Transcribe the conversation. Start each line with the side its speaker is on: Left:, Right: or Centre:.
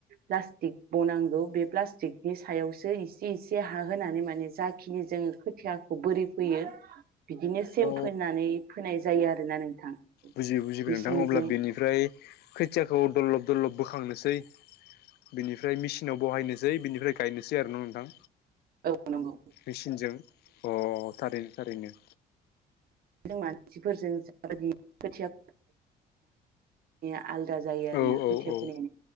Right: प्लास्टिक बनांगौ बे प्लास्टिक बे सायावसो इसे इसे हा होनोनानै माने जाखिनि जोंङो खोथियाखौ बोरै फोयो बिदिनो सेम
Left: अ
Right: फोनानै फोनाय जायो आरोना नोंथां
Left: बुजियै बुजिबाय
Right: मिसिंजों
Left: नोंथां अब्ला बेनिफ्राय खोथियाखौ दलब दरलब बोखांनोसै बिनिफ्राय मेचिनाव बहायनोसै बिनिफ्राय गायनोसै आरो ना नोंथां
Right: औ नंगौ
Left: मेचिनजों अ थारैनो थारैनो
Right: मानसिफोरजों जाबायदि खोथिया <unintelligible> जायो आरोना
Left: औ
Right: खोथिया
Left: औ औ
Right: फोनाया